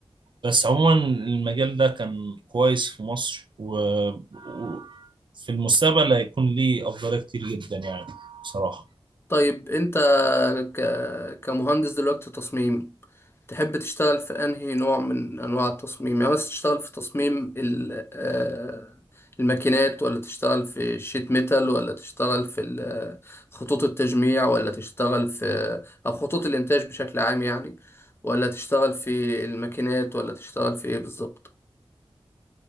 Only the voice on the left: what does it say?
طيب انت ك... كمهندس دلوقتي تصميم تحب تشتغل في انهي نوع من انواع التصميم يعني مثلا تشتغل في تصميم ال... آه، الماكينات ولا تشتغل في الشيت ميتال ولا تشتغل في ال- آه، خطوط التجميع ولا تشتغل في آه، او خطوط الانتاج بشكل عام يعني ولا تشتغل في الماكينات ولا تشتغل في ايه بالظبط